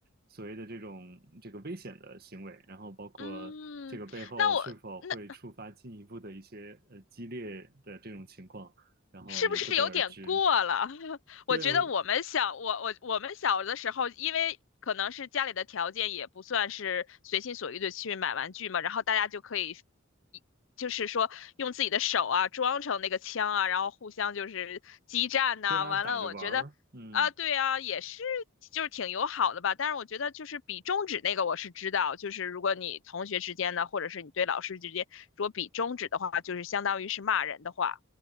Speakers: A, on the right; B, on the left.
A: 所谓的这种这个危险的行为，然后包括这个背后是否会触发进一步的一些呃激烈的这种情况，
B: 嗯，那我那
A: 然后也不得而知。
B: 是不是有点过了？<laughs>
A: 对，
B: 我觉得我们小，我我我们小的时候，因为可能是家里的条件也不算是随心所欲的去买玩具嘛，然后大家就可以一，就是说用自己的手啊装成那个枪啊，然后互相就是激战呐、
A: 对啊，
B: 完了，
A: 打着玩儿，
B: 我觉得啊，
A: 嗯。
B: 对啊，也是就是挺友好的吧。但是我觉得就是比中指那个我是知道，就是如果你同学之间呢，或者是你对老师之间，如果比中指的话，就是相当于是骂人的话，